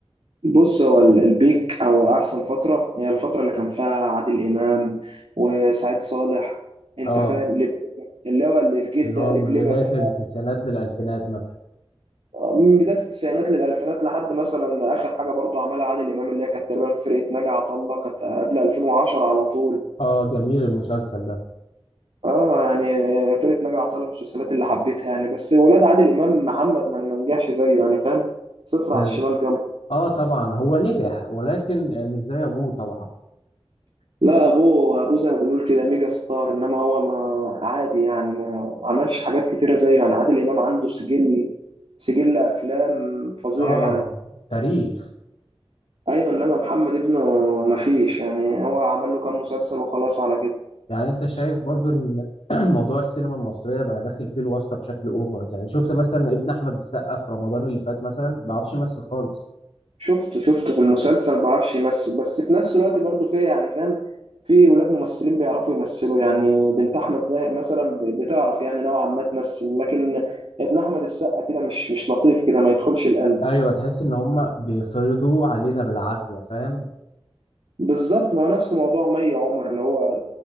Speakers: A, on the right; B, on the left.
A: بص هو ال- البيك او احسن فتره هي الفتره اللي كان فيها عادل امام وسعيد صالح انت
B: اه
A: فاهم لب- اللي هو الجيل
B: اللي
A: ده
B: هو
A: لبلبه
B: من بداية
A: بقى
B: التسعينات للالفينات مثلا
A: و- من بدايه التسعينات للالفينات لحد مثلا اخر حاجه برضه عملها عادل امام اللي هي كانت تقريبا فرقه ناجي عطا الله كانت قبل 2010 على طول
B: اه جميل المسلسل ده
A: اه يعني فرقه ناجي عطا الله من المسلسلات اللي حبيتها يعني بس ولاد عادل امام محمد ما ما نجحش زيه يعني فاهم صفر
B: اه
A: على الشمال جنب
B: آه، طبعا هو نجح ولكن آه، مش زي ابوه طبعا
A: لا ابوه ابوه زي ما بنقول كده ميجا ستار انما هو ما عادي يعني ما عملش حاجات كتيره زيه يعني عادل امام عنده سجل سجل افلام فظيع
B: اه
A: يعني
B: تاريخ
A: ايوه انما محمد ابنه ما فيش يعني هو عمل له كام مسلسل وخلاص على كده
B: يعني انت شايف برضو ان <clears throat> موضوع السينما المصرية بقى داخل فيه الواسطة بشكل اوفر زي شفت مثلا ابن احمد السقا في رمضان اللي فات مثلا ما بيعرفش يمثل خالص
A: شفته شفته في المسلسل ما بعرفش يمثل بس في نفس الوقت برضه في يعني فاهم في ولاد ممثلين بيعرفوا يمثلوا يعني بنت احمد زاهر مثلا ب- بتعرف يعني نوعا ما تمثل لكن ابن احمد السقا كده مش مش لطيف كده ما يدخلش القلب
B: ايوه تحس ان هم بيفرضوا علينا بالعافيه فاهم
A: بالظبط ما هو نفس موضوع مي عمر اللي هو